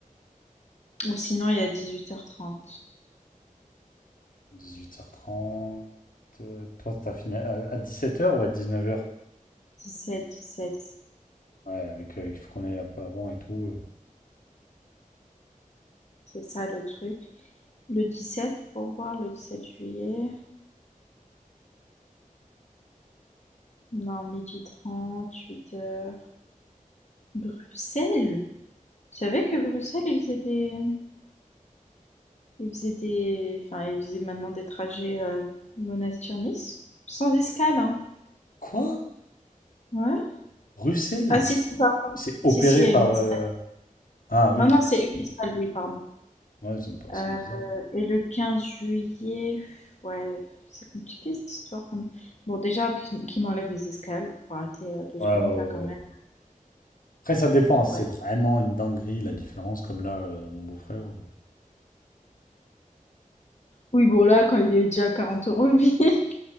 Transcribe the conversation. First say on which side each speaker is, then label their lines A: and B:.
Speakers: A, on the left; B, on the left.
A: Ou sinon, il y a dix-huit heures trente,
B: 18h30. euh, Toi, t'as fini à, à 17h ou à 19h?
A: dix-sept dix-sept,
B: Ouais, avec, euh, il faut qu'on aille un peu avant et tout. euh.
A: C'est ça le truc. Le 17 pour voir le sept juillet. Non, midi trente, huit heures. Bruxelles? Tu savais que Bruxelles, ils faisaient des... ils faisaient des... Enfin, ils faisaient maintenant des trajets euh, Monastir-Nice? Sans escale, hein.
B: Quoi?
A: Ouais.
B: Bruxelles?
A: Ah si, si, pardon.
B: C'est opéré
A: Si, si, il y
B: par.
A: a une escale.
B: euh, Ah oui.
A: Non, non, c'est une escale, oui, pardon.
B: Ouais, ça me paraît assez
A: Euh,
B: bizarre.
A: et le 15 juillet, ouais, c'est compliqué cette histoire quand même. Bon, déjà, qu'ils m- qu'ils les escales, faut arrêter euh, deux
B: Ouais,
A: secondes
B: ouais,
A: là
B: ouais.
A: quand même.
B: ouais. Après, ça dépend. hein. C'est
A: Ouais.
B: vraiment une dinguerie la différence. Comme là, euh, mon beau-frère. euh.
A: Oui, bon, là, quand il est déjà à 40 euros le billet,